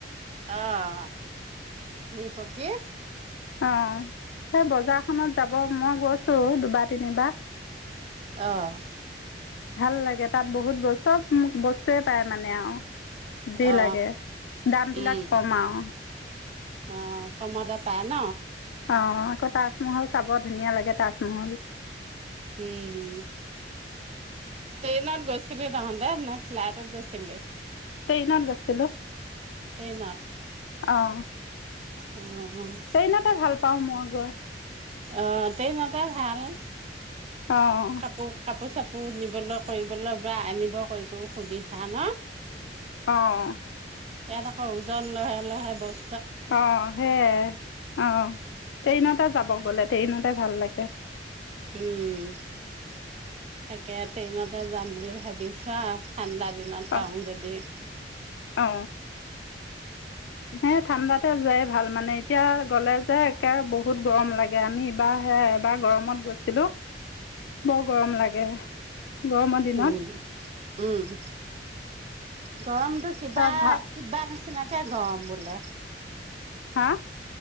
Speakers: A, on the right; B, on the left.
A: অ', ঘুৰি-পকি -
B: অ', সেই বজাৰখনত যাব মই গৈছো দুবাৰ তিনিবা।
A: অ',।
B: ভাল লাগে তাত বহুত বস্তু, চব বস্তুয়ে পায় মানে আও। যি
A: অ
B: লাগে দাম বিলাক
A: উম
B: কম আও।
A: অ', কমতে পায় ন?
B: অ', আকৌ তাজমহল চাব ধুনীয়া লাগে তাজমহল।
A: উম। ট্ৰেইনত গৈছিলি তহঁতে নে ফ্লাইটত গৈছিলি?
B: ট্ৰেইনত গৈছিলোঁ।
A: ট্ৰেইনত?
B: অ',।
A: অ',।
B: ট্ৰেইনতে ভাল পাওঁ মই গৈ।
A: অ', ট্ৰেইনতে ভাল।
B: অ',।
A: কাপোৰ, কাপোৰ-চাপোৰ নিবলৈ কৰিবলৈ বা আনিব কৰিবোও সুবিধা ন?
B: অ', অ।
A: ইয়াত আকৌ ওজন লহে লহে বস
B: অ' সেইয়াই, অ' ট্ৰেইনতে যাব গ'লে ট্ৰেইনতে ভাল লাগে।
A: উম তাকে, ট্ৰেইনতে যাম বুলি ভাবিছো আও। ঠাণ্ডা দিনত
B: অ
A: পাওং যদি।
B: অ। সেই ঠাণ্ডাতে যোৱাই ভাল মানে - এতিয়া গ'লে যে একে বহুত গৰম লাগে। আমি ইবাৰ হে এবাৰ গৰমত গৈছিলো - ব গৰম লাগে। গৰমৰ দিনত
A: উম, উম। গৰমটো কিবা
B: তাৰ ভা
A: কিবা নিচিনাকে গৰম বোলে।
B: হা।